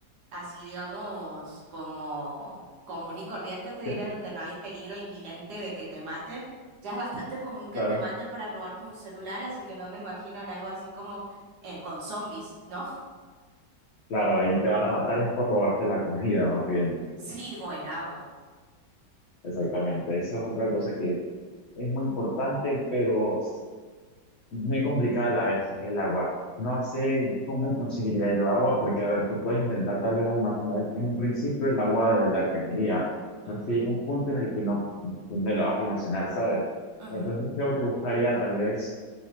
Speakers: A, on the right; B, on the left.
A: así, digamos, como común y corriente, te diré,
B: Sí,
A: donde no hay peligro inminente de que te maten, ya es bastante común que
B: claro,
A: te maten para robarte un celular, así que no me imagino en algo así como eh, con zombies, ¿no? <laughs>
B: claro, ahí te van a matar es por robarte la comida, más bien.
A: Sí, o el agua.
B: Exactamente, eso es otra cosa que es muy importante, pero Muy complicada la vez el agua. No sé cómo conseguiría yo agua, porque a ver, tú puedes intentar tal vez almacenar en un principio el agua de la cañería, pero
A: Ujú,
B: si llega un punto en el que no me lo vas a almacenar, ¿sabes?
A: ujú,
B: Entonces creo que buscaría tal vez